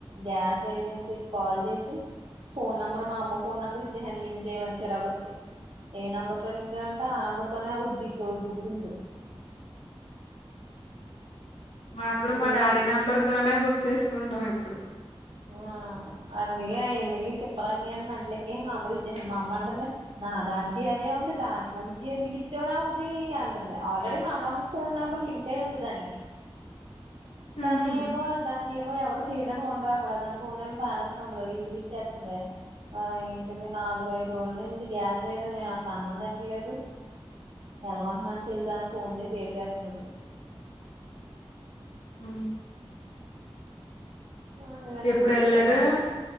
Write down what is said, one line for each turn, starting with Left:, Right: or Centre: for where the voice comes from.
Right: గ్యాస్ ఏజెన్సీకి కాల్ చేసి ఫోన్ ఆమ్మామ్మ ఫోన్ నంబర్ ఇలింక్ చేయమని ఇచెస ఏ నెంబర్ తో లింక్ అయ్య ఉంటే ఆ నెంబర్ తనే ఉది బుక్ ఇంగ్
Left: మాకుడు మా
Right: నే
Left: డాడీ నెంబర్ తోనే బుక్ చేసుకుంటాం ఎప్పుడు
Right: ఆ అందుకే ఎందుకు తోపాలు అని మెంటల్ ఎక్కేసి మా అమ్మది ఇచ్చేసాను మా అమ్మ అంటుంది నా దానికి అదే ఉంది దాని ఫోన్ క ఎందుకు ఇచ్చేవా నా ఉది అంటుంది ఆల్రెడీ మా అమ్మమ్మ ఫోన్ నెంబర్ లింక్ అయ్య ఉంది దానికి
Left: హుహు.
Right: కానీ ఏమో దానికి ఏమో ఎవరు చేయడానికి ఉండరు అా ఫోన్ం బాలన్స్ ఉండదవు ఇసి విచ్చతుంద ఆ ఏంటిది నాలుగఐదు రోజుల నుంచి గ్యాస్ లేదు నేను ఎలాగా అన్నం తంటలేదు ఎలాగంటున్నాను తెలిసాను ఫోన్ చేసి ఏడ్ చేస్తుంది ఇప్పుడు
Left: అ
Right: అందుకని
Left: ఎప్పుడు
Right: ఇంక
Left: వెళ్ళారు
Right: ఇలా చేశాను